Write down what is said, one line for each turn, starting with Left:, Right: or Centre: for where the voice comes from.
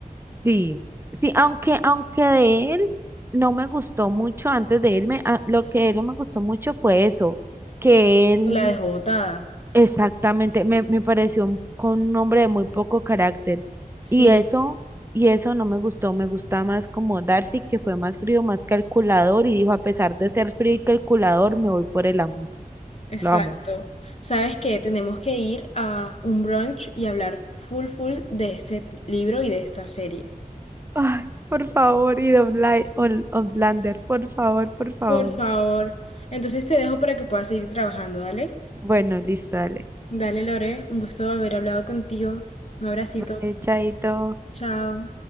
Right: Sí, sí, aunque, aunque de él no me gustó mucho antes de irme, a- lo que de él no me gustó mucho fue eso, que él
Left: La dejó botada.
Right: exactamente me, me pareció un- con un hombre de muy poco carácter.
Left: Sí,
Right: Y eso, y eso no me gustó, me gusta más como Darcy, que fue más frío, más calculador, y dijo, a pesar de ser frío y calculador, me voy por el amor,
Left: exacto.
Right: lo amo.
Left: ¿Sabes qué? Tenemos que ir a un brunch y hablar full full de este t- libro y de esta serie.
Right: Ay, por favor, y de Outli- Ol- Outlander, por favor, por favor.
Left: Por favor. Entonces te dejo para que puedas seguir trabajando, ¿dale?
Right: Bueno, listo, dale.
Left: Dale, Lore. Un gusto haber hablado contigo. Un abracito.
Right: Vale, chaito.
Left: Chao.